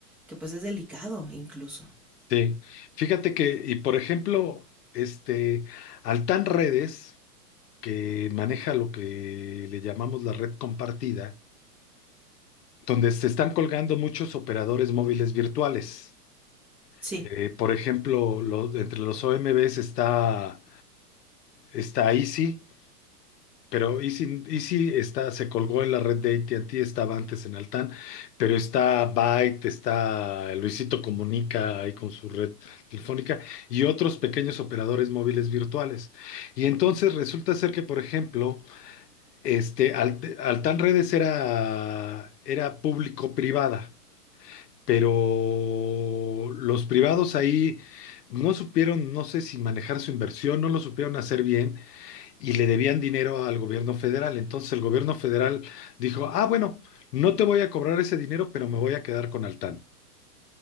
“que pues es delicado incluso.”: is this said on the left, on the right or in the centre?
Centre